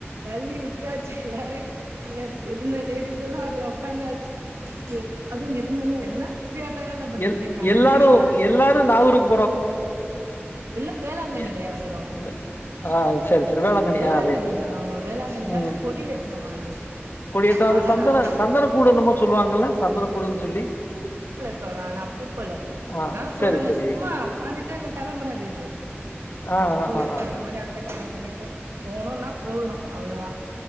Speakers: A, on the right (about 80°); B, on the left (about 55°).
A: தள்ளி விட் விட்டாச்சு எல்லாரயு இல்ல இருந்த லேடிஸ் எல்லா அதுல உக்காந்தாச்சு செ அதுவு இருந்தாமலே என்ன இப்டி அட்டகாசம் பண்ணீங்கன்னா
B: எல்
A: நாங்களு
B: எல்லாரு
A: டிக்கெட் தாங்க
B: எல்லாரு நாவூருக்
A: இல்ல வேளாங்கண்ணில
B: எ
A: எறங்குறவங்க
B: வ ஆ ஓக் செரி செரி வேளாங்கண்ணியா
A: வேளாங்கண்ணில
B: ரைட் ரைட்
A: ஆமா வேளாங்கண்ணில
B: உம்
A: அந்த கொடி ஏற்றமா அன்னைக்கு
B: கொடியேற்றோ அது
A: அதனால
B: சந்தன சந்தனக்கூடு என்னுமோ சொல்லுவாங்கல்ல சந்தனக்கூடுன்னு சொல்லி
A: <unintelligible> நானா அப்பப்போல
B: ஆ
A: நா தா சொன்னனே
B: சரி, சரி.
A: சும்மா உக்காந்துட்டே கெளம்புனது இது
B: ஆ, ஆ,
A: போயிட்டு
B: ஆ, ஆ,
A: அந்த
B: ஆ.
A: மாரி அட்டகா ச பண்ணீட் ட்டு போணுன்னா போகணு அவ்ளோதா